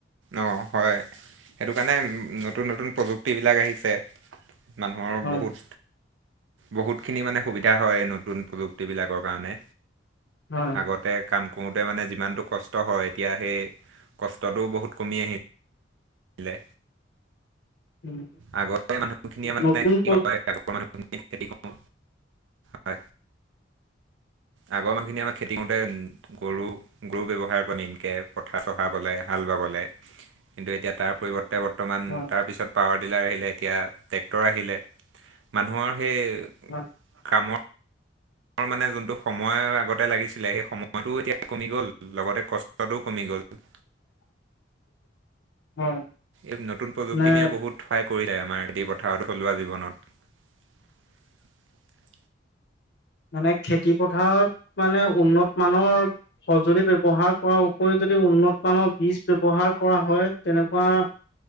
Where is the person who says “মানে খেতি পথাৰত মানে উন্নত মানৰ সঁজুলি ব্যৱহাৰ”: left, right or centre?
Left